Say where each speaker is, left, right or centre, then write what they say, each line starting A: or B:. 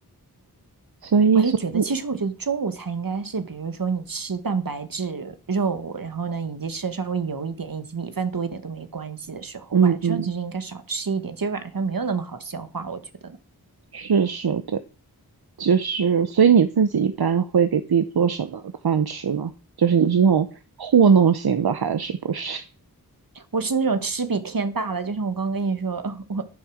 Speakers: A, on the right (about 80°); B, on the right (about 65°).
A: 所以，
B: 我也觉得，
A: 所以，
B: 其实我觉得中午才应该是，比如说你吃蛋白质、肉，然后呢以及吃的稍微油一点，以及米饭多一点都没关系的时候，
A: 嗯嗯，
B: 晚上其实应该少吃一点，其实晚上没有那么好消化，我觉得呢。
A: 是是，对，就是，所以你自己一般会给自己做什么饭吃呢？就是你是那种糊弄型的还是不是？
B: 我是那种吃比天大的，就像我刚跟你说，<laughs> 我